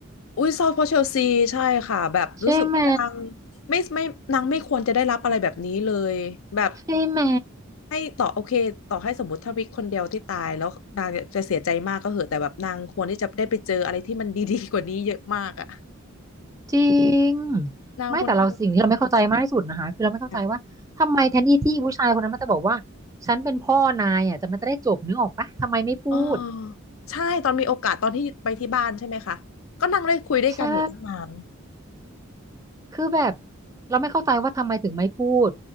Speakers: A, on the left; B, on the right.
A: อุ้ยเศร้าเพราะเชลซีใช่ค่ะแบบรู้สึกว่านาง
B: ใช่ไหม
A: ไม่ไม่นางไม่ควรจะได้รับอะไรแบบนี้เลยแบบ
B: ใช่ไหม
A: ให้ต่อโอเคต่อให้สมมติถ้าวิกคนเดียวที่ตายแล้วนางจะเสียใจมากก็เหอะแต่แบบนางควรที่จะได้ไปเจออะไรที่มันดีๆกว่านี้เยอะมากอะ
B: จริง
A: นางคนนั่ง
B: ไม่แต่เราสิ่งที่เราไม่เข้าใจมากที่สุดนะคะคือเราไม่เข้าใจว่าทำไมแทนที่ที่ผู้ชายคนนั้นมันจะบอกว่า
A: ค่ะ
B: ฉันเป็นพ่อนายอ่ะจะมันจะได้จบนึกออกปะทำไมไม่พูด
A: อ๋อใช่ตอนมีโอกาสตอนที่ไปที่บ้านใช่ไหมคะก็นั่งได้คุยด้วยกันอยู่ตั้งนาน
B: ใช่คือแบบเราไม่เข้าใจว่าทำไมถึงไม่พูด